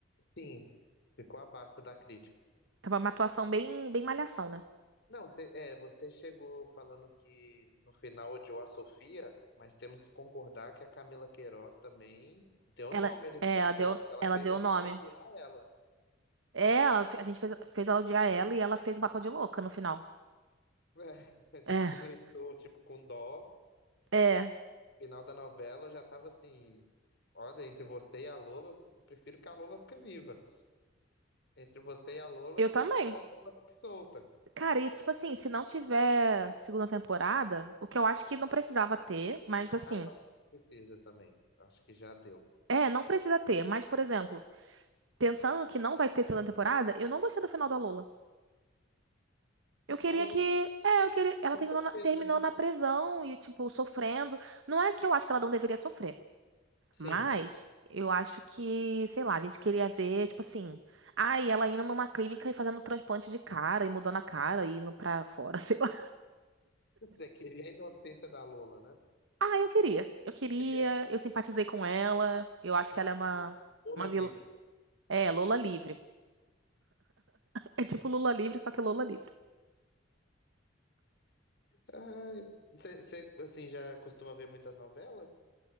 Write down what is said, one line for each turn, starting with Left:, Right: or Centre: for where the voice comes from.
Left: sim, ficou abaixo da crítica.
Right: Tava uma atuação bem, bem malhação, né?
Left: Não, você, é, você chegou falando que no final odiou a Sofia, mas temos que concordar que a Camila Queiroz também deu
Right: Ela,
Left: nome ali
Right: é,
Left: pro papel,
Right: ela deu,
Left: porque ela
Right: ela
Left: fez
Right: deu
Left: a
Right: o nome.
Left: gente odiar ela.
Right: É, ela fe- a gente fez, fez ela odiar ela e ela fez o papel de louca no final.
Left: É, <laughs> a gente
Right: É,
Left: começou, tipo, com dó.
Right: é,
Left: Final da novela já tava assim: olha, entre você e a Lola, eu prefiro que a Lola fique viva. Entre você e a Lola,
Right: eu
Left: eu prefiro
Right: também.
Left: que a Lola fique solta.
Right: Cara, isso, tipo assim, se não tiver segunda temporada, o que eu acho que não precisava ter, mas assim,
Left: Ah, eu acho que não precisa também. Eu Acho que já deu.
Right: é, não precisa ter, mas, por exemplo, pensando que não vai ter segunda temporada, eu não gostei do final da Lola. Eu queria
Left: A Lola,
Right: que, é, eu queria, ela
Left: a Lola
Right: terminou
Left: ficou
Right: na,
Left: presa,
Right: terminou
Left: né?
Right: na prisão e, tipo, sofrendo. Não é que eu acho que ela não deveria sofrer.
Left: Sim.
Right: Mas
Left: <laughs>
Right: eu acho que, sei lá, a gente queria ver, tipo assim, ai, ela indo numa clínica e fazendo transplante de cara e mudando a cara e indo pra fora, <laughs> sei lá.
Left: Você queria a inocência da Lola, né?
Right: Ah, eu queria. Eu queria,
Left: Queria
Right: eu simpatizei com ela. Eu acho
Left: que
Right: que ela é uma
Left: Lola
Right: uma vilã.
Left: livre.
Right: É, Lola livre. <laughs> É tipo Lula livre, só que Lola livre.
Left: Ai, você, você, assim, já costuma ver muitas novelas?